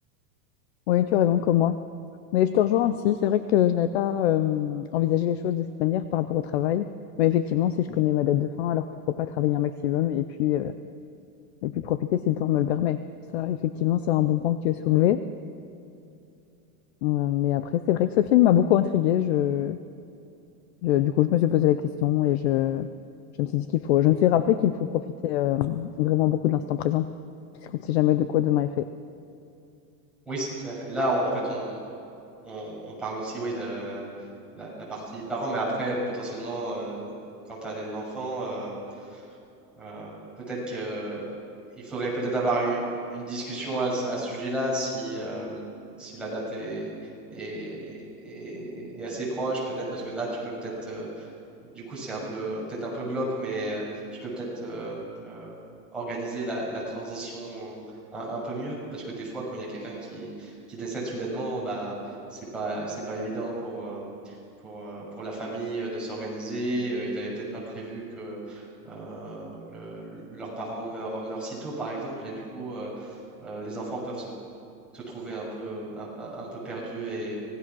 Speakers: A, on the left; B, in the centre.
A: oui, tu as raison, comme moi. Mais je te rejoins aussi. C'est vrai que je n'avais pas euh, envisagé les choses de cette manière par rapport au travail. Mais effectivement, si je connais ma date de fin, alors pourquoi pas travailler un maximum et puis, euh, et puis profiter si le temps me le permet. Ça, effectivement, c'est un bon point que tu as soulevé. Euh, mais après, c'est vrai que ce film m'a beaucoup intriguée. Je, Je- du coup, je me suis posé la question et je, je me suis dit qu'il faut, je me suis rappelé qu'il faut profiter euh, vraiment beaucoup de l'instant présent, puisqu'on ne sait jamais de quoi demain est fait.
B: Oui, c'est clair. Et là, on- en fait, on, on, on parle aussi, oui, de la, la partie parents, mais après, potentiellement, euh, quand tu as des enfants, euh, euh, peut-être que il faudrait peut-être avoir une, une discussion à, ce à ce sujet-là si, euh, si la date est, est, est- est assez proche, peut-être, parce que là, tu peux peut-être euh, Du coup, c'est un peu, peut-être un peu glauque, mais euh, tu peux peut-être euh, euh, organiser la, la transition un, un peu mieux, parce que des fois, quand il y a quelqu'un qui, qui décède soudainement, bah, c'est pas, c'est pas évident pour, euh, pour, euh, pour la famille euh, de s'organiser. Euh, Ils n'avaient peut-être pas prévu que euh, le- leurs parents meurent, meurent si tôt, par exemple, et du coup, euh, euh, les enfants peuvent se se trouver un peu, un, un- un peu perdu et,